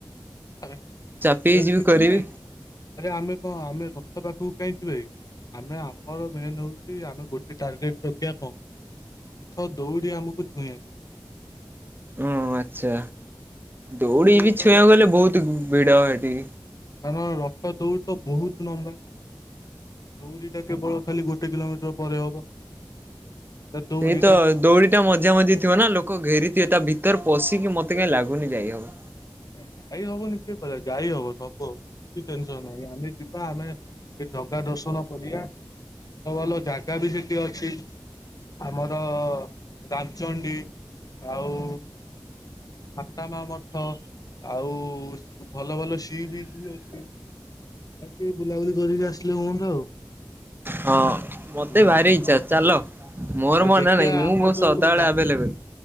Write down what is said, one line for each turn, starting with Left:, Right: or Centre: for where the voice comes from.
Left: <unintelligible>
Right: ଚାପି ହେଇଯିବି
Left: କିଛି
Right: କରିବି
Left: ନାଇଁ। ଆରେ, ଆମେ କଣ ଆମେ ରଥ ପାଖକୁ କାହିଁ ଯିବାକି? ଆମେ ଆମର ମେନ ହଉଛି, ଆମେ ଗୋଟେ ଟାର୍ଗେଟ ରଖିବା, କଣ? ରଥ ଦୌଡି ଆମକୁ ଛୁଇଁ।
Right: ଓ, ଆଚ୍ଛା! ଦୌଡି
Left: ରଥ
Right: ବି ଛୁଇଁବାକୁ
Left: ତ
Right: ଗଲେ ବହୁତ ଭିଡ ସେଠି।
Left: ଧର ରଥ ଦୌଡ଼ି ତ ବହୁତ ଲମ୍ବା। ଦୌରୀ ଟା କେବଳ ଖାଲି ଗୋଟେ କିଲୋମିଟର ପରେ ହବ। ତା ଦୌଡିଟା
Right: ସେଇ ତ ଦୌଡ଼ି ଏଟା ମଜା ମଜି ଥିବ ନା, ଲୋକ ଘେରିଥିବ। ତା ଭିତରେ ପଶିକି ମତେ କାହିଁ ଲାଗୁନି, ଯାଇହବ।
Left: ଯାଇ ହବନି? କିଏ କହିଲା ଯାଇ ହବ ସବୁ ହବ। କିଛି ଟେନସନ୍ ନାହିଁ, ଆମେ ଯିବା, ଆମେ ଏ ଜାଗା ଦର୍ଶନ କରିବା, ଭଲ ଭଲ ଜାଗା ବି ସେଠି ଅଛି। ଆମର ଦାଲଚଣ୍ଡୀ, ଆଉ ମାତା ମା ମ ଠ, ଆଉ ଭଲ ଭଲ ସି ବିଚ ବି ଅଛି। ଏମିତି ବୁଲାବୁଲି କରିକି ଆସିଲେ ହୁହନ୍ତା ଆଉ।
Right: ହଁ,
Left: ହଁ
Right: ମତେ ଭାରି ଇଚ୍ଛା। ଚାଲ! ମୋର
Left: ଆଉ
Right: ମନା
Left: ଦେଖିବା
Right: ନାହିଁ, ମୁଁ
Left: ଆମ
Right: ବ
Left: ଯୋଉ
Right: ସଦାବେଳେ
Left: ଯା
Right: ଆଭେଲେବଲ୍।